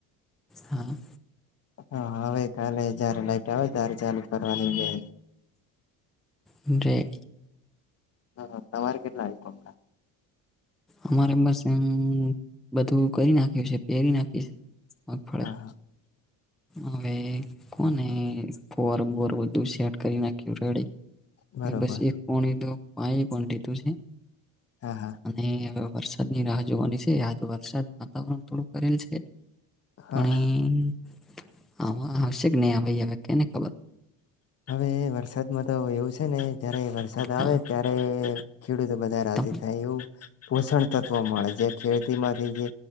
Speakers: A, in the centre; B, on the left.
A: હા
B: હા હવે કાલે જ્યારે લાઈટ આવે ત્યારે ચાલે કરવાની
A: જે
B: હ તમારે કેટલા આમ
A: અમારે બસ એમ બધું કરી નાખ્યું છે પહેરી નાખી છે. મગફળે
B: હા હા
A: હવે કોને ફોર બોર બધું સેટ કરી નાખ્યું રેડે.
B: બરોબર
A: બસ એક કોણી તો પાય પણ લીધું છે.
B: હા હા
A: અને વરસાદ ની રાહ જોવાની છે આ તો વરસાદ વાતાવરણ થોડું કરેલ છે.
B: હા
A: પણ
B: હા
A: આવશે કે નહી ભાઈ હવે કેને ખબર
B: હવે વરસાદમાં તો એવું છે ને જયારે વરસાદ આવે
A: હા
B: ત્યારે ખેડૂતો બધા રાજી
A: તમ
B: થાય એવું પોષણ તત્વ મળે છે ખેડતી માંથી જે